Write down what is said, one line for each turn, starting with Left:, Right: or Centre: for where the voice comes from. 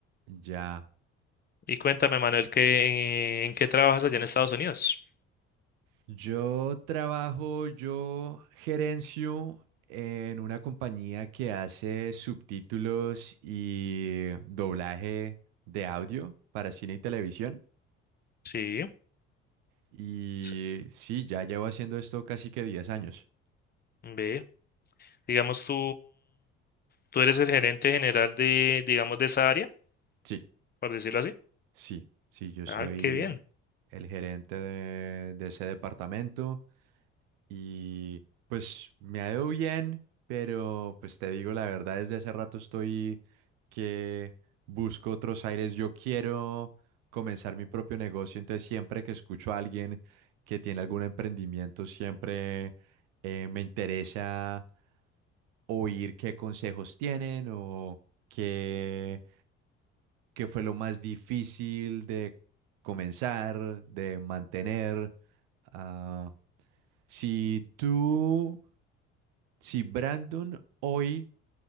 Right: Ya.
Left: Y cuéntame, Manuel, ¿qué, en, qué trabajas allá en Estados Unidos?
Right: Yo trabajo, yo gerencio en una compañía que hace subtítulos y doblaje de audio para cine y televisión.
Left: Sí.
Right: Y
Left: sí,
Right: sí, ya llevo haciendo esto casi que 10 años.
Left: Ve. Digamos, tú, tú eres el gerente general de, digamos, de esa área,
Right: Sí,
Left: por decirlo así.
Right: sí, sí, yo soy
Left: Ah, qué bien.
Right: el gerente de, de ese departamento y pues me ha ido bien, pero pues te digo la verdad, desde hace rato estoy que busco otros aires. Yo quiero comenzar mi propio negocio, entonces siempre que escucho a alguien que tiene algún emprendimiento, siempre eh, me interesa oír qué consejos tienen o qué, qué fue lo más difícil de comenzar, de mantener. Ah, si tú, si Brandon hoy